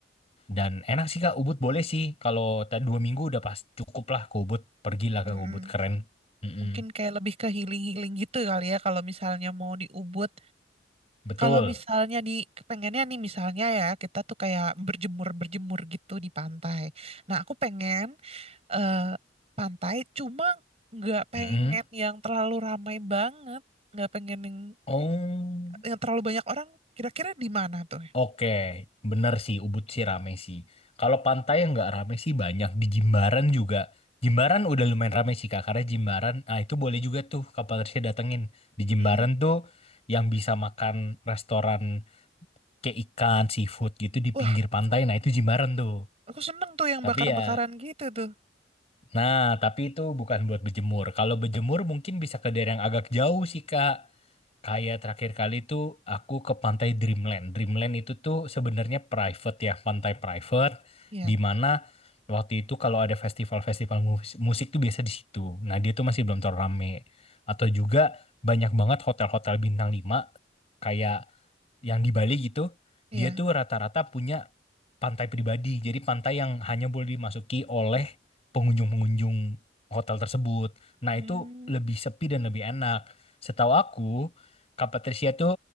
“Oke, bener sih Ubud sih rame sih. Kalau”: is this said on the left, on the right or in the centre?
Left